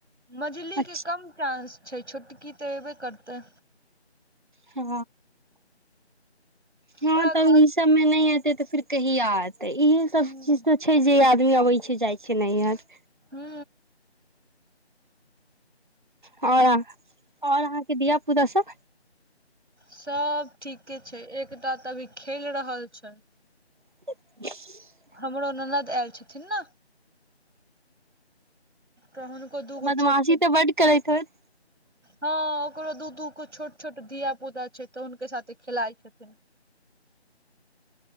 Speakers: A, on the right; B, on the right.
A: मझली
B: अच्छा
A: के कम चानंस छै छोटकी तऽ एबे करतै
B: हँ हँ
A: उएह
B: त
A: कहैत
B: ई सभमे नहि त तऽ फिर कहि आयत इएहे सब
A: हूँ
B: चीज तऽ छै जे आदमी अबै छै जाई छै नैहर
A: हू
B: हया आओर और अहाँके धिया पुता सब
A: सब ठीके छै एकटा तऽ अभी खेल रहल छै
B: <unintelligible> <inaudible>
A: हमरो ननद आयल छथिन न त हुनको दूगो
B: बदमाशी
A: छोट छोट
B: तऽ बड्ड करैत होत
A: हँ ओकरो दू दू गो छोट छोट धिया पुता छै तऽ हुनको साथे खेलाइ छथिन